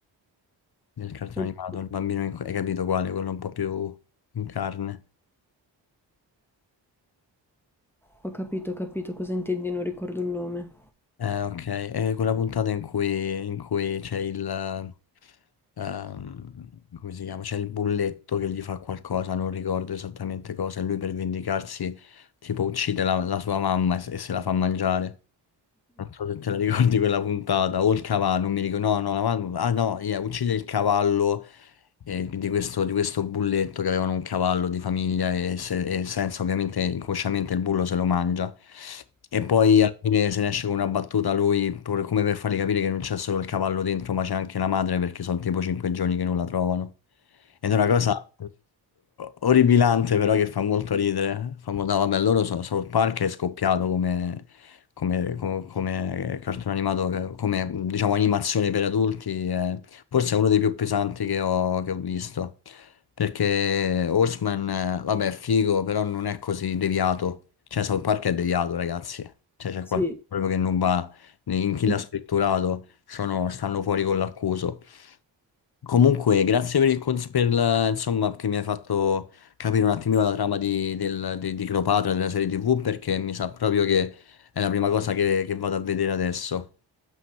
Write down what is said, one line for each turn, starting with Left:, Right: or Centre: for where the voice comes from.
Left: Del cartone
Centre: Oddio,
Left: animato, il bambino, in- hai capito quale? Quello un po' più in carne.
Centre: ho capito, ho capito cosa intendi, non ricordo il nome.
Left: Eh, ok, è quella puntata in cui, in cui c'è il... ehm, come si chiama? C'è il bulletto che gli fa qualcosa, non ricordo esattamente cosa, e lui per vendicarsi tipo uccide la, la sua mamma e, se e se la fa mangiare. Non so se te la ricordi quella puntata, o il cavallo, non mi ricordo, no, no, la mamma- ah no, yeah, uccide il cavallo eh, di questo, di questo bulletto che avevano un cavallo di famiglia e, se- e senza ovviamente inconsciamente il bullo se lo mangia. E poi alla fine se ne esce con una battuta lui, pur- come per fargli capire che non c'è solo il cavallo dentro, ma c'è anche la madre perché sono tipo cinque giorni che non la trovano. Ed è una cosa orribilante però che fa molto ridere. Fa molto... no, vabbè, loro so, South Park è scoppiato come come, co- come eh, cartone animato, eh, come diciamo animazione per adulti, eh, forse è uno dei più pesanti che ho, che ho visto. Perché Horseman, eh, vabbè, è figo, però non è così deviato. Cioè, South Park è deviato, ragazzi. Cioè, c'è
Centre: Sì.
Left: qualcosa proprio che non va in chi l'ha
Centre: <laughs>
Left: scritturato, sono- stanno fuori con l'accuso. Comunque, grazie per il cons- per la- insomma, che mi hai fatto capire un attimino la trama di, del, di, di Cleopatra, della serie TV, perché mi sa proprio che è la prima cosa che, che vado a vedere adesso.